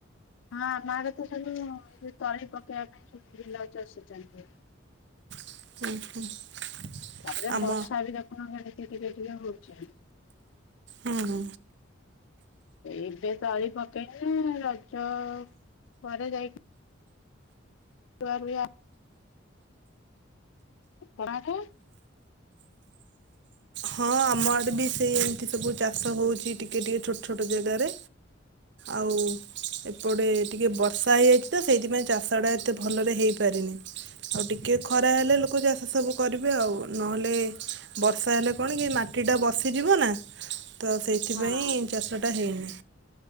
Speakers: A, on the left; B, on the right.
A: ହଁ ମା କ ତ ସବୁ ତଳି ପକେଇବା ପାଇଁ ସବୁ ବିଲକୁ ଚଷୁଛନ୍ତି।
B: <inaudible>
A: ତାପରେ
B: ଆମ
A: ବର୍ଷା ଦିନ କିରା କରୁଛ
B: ହୁଁ ହୁଁ
A: ଏବେ ତଳି ପକେଇନ ରଜ ପରେ ଯାଇକି ଆ <unintelligible> <inaudible>
B: ହଁ ଆମ ଆଡେ ବି ସେଇ ସବୁ ଚାଷ ହଉଛି ଟିକେ ଟିକେ ଛୋଟ ଛୋଟ ଜାଗାରେ ଆଉ ଏପଟେ ଟିକେ ବର୍ଷା ହେଇଯାଇଛି ତ ସେଇଥିପାଇଁ ଚାଷଟା ଏତେ ଭଲରେ ହେଇପାରିନି ଆଉ ଟିକେ। କି ଖରା ହେଲେ ଲୋକ ଚାଷ ସବୁ କରିବେ ଆଉ ନହେଲେ ବର୍ଷା ହେଲେ କଣ କି ମାଟିଟା ବସିଯିବ ନା ତ ସେଇଥିପାଇଁ
A: ହଁ
B: ଚାଷଟା ହୋଇନି